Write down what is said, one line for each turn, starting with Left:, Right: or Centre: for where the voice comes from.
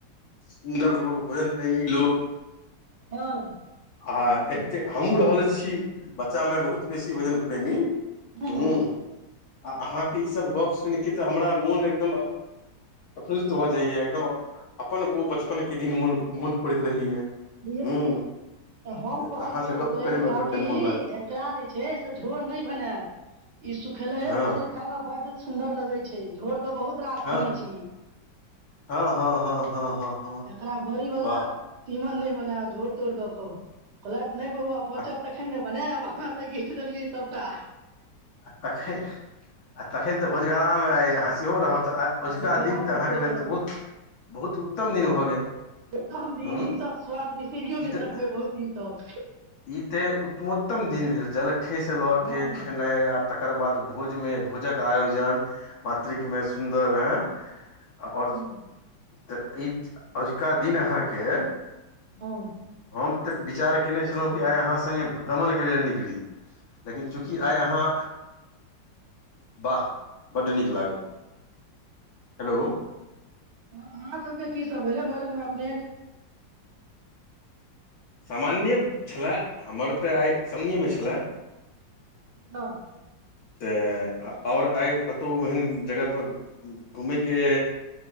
Left: सुंदर लोग बड प्रेमी लोग
Right: हँ
Left: आ एते हमहूँ रहल छी बच्चामे बहुत बेसी भोजन प्रेमी
Right: हूं
Left: हूँ
Right: हूं
Left: आ अहाँके ईसभ गप्प सुनि के तऽ हमरा मोन एकदम प्रफुल्लित भऽ जाइए एकदम अपन ओ बचपनके दिन मोन मोन पड़ैत रहैए।
Right: बुझे
Left: हूँ
Right: कि हम
Left: तऽ
Right: कहलियनि
Left: अहाँसँ गप्प
Right: कहलियनि
Left: करयमे
Right: काकी
Left: बड्ड मोन लग
Right: एकरा जे छै से झोर नहि बनायब। इ सुूखेलेहे
Left: हँ
Right: बड़ी खााय में बड सुंदर लगे छैय। ए झोर तऽ बहुत रास
Left: हँ
Right: खेने छी
Left: हँ हँ हँ हँ हँ
Right: एकरा बरी वला
Left: वाह
Right: तिमन नहि बनाएब झोर तोर देखल, कहला कि नहि बौआ बचत
Left: आ
Right: तखन ने बनाएब अहाँ तऽ घीच देलियै सभटा।
Left: आ तखन आ तखन तऽ भोजगरामेइ अहाँ सेहो रहब। त आइ ओजका
Right: भोरगरामे
Left: दिन त अहांक
Right: सेहो
Left: लेल
Right: रहब
Left: त बहुत त बहुत उत्तम दिन भऽ गेल।
Right: उतम दिन
Left: हूँ
Right: ई सब स्वाद बिसरिियो
Left: ई
Right: नहि
Left: तऽ
Right: सकबै बहुत दिन तक।
Left: ई ते उतमोत्तम दिन भेल जलखैस लऽ
Right: हँ
Left: के खेनाइ आ तकर बाद भोज भोजक आयोजन मातृकमेर सुंदर ए आ और
Right: हँ
Left: तऽ ई अजुका दिन अहाँके
Right: हँ
Left: हम तऽ विचार कयने छलहुँ कि आइ अहाँ सङ्गे भ्रमणके लेल निकली लेकिन चूँकि आइ अहाँ वाह बड नीक लागल हेलो
Right: और अहाँ सभके की सभ भेलै भोजनमे अपनेक।
Left: सामान्ये छलय हमर तऽ आइ समन्येमे छलय।
Right: हँ
Left: तऽ आ और आइ कतहु ओहन जगहपर घूमयके